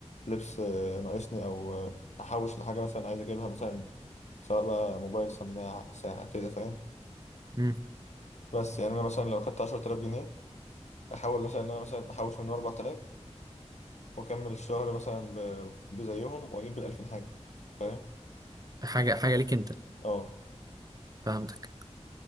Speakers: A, on the left; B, on the right.
A: لبس آه، ناقصني أو آه، أحوش لحاجة مثلا عايز أجيبها مثلا سواء بقى موبايل سماعة ساعة كده فاهم
B: مم.
A: بس يعني أنا مثلا لو خدت 10000 جنيه أحاول مثلا إن أنا مثلا أحوش منهم 4000 وأكمل الشهر مثلا ب- بزيهم وأجيب بالألفين حاجة فاهم
B: حاجة حاجة ليك انت
A: أه
B: فهمتك